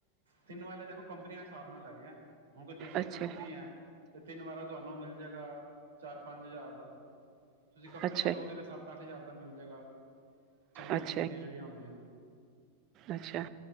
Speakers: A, on the right; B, on the right.
A: ਤਿੰਨ ਵਾਲੇ ਦੇਖੋ ਕੰਪਨੀਆਂ ਹਿਸਾਬ ਨਾਲ ਹੈਗੇ ਹੁਣ ਕੋਈ ਦੇਸੀ
B: ਅੱਛਾ
A: ਕੰਪਨੀ ਹੈ ਤੇ ਤਿੰਨ ਵਾਲਾ ਤੁਹਾਨੂੰ ਮਿਲ ਜਾਏਗਾ ਚਾਰ ਪੰਜ ਹਜ਼ਾਰ ਦਾ ਤੁਸੀਂ ਕੰਪਨੀ
B: ਅੱਛਾ
A: ਵਾਲਾ ਲਓਗੇ ਤੇ ਸੱਤ ਅੱਠ ਹਜ਼ਾਰ ਦਾ ਮਿਲ ਜਾਏਗਾ ਚੰਗੇ
B: ਅੱਛਾ
A: ਕੰਪਨੀਆਂ ਜਿਹੜੀਆਂ ਆਉਂਦੀਆਂ
B: ਅੱਛਾ